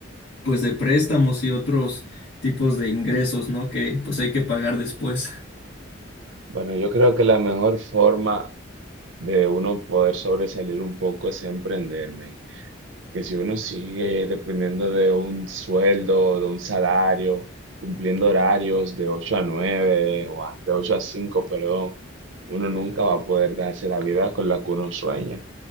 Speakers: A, on the left; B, on the right.
A: pues, de préstamos y otros tipos de ingresos, ¿no? Que, pues, hay que pagar después,
B: Bueno, yo creo que la mejor forma de uno poder sobresalir un poco es emprender, men. Que si uno sigue dependiendo de un sueldo, de un salario, cumpliendo horarios de 8 a 9 o a- de 8 a 5, perdón, uno nunca va a poder darse la vida con la que uno sueña.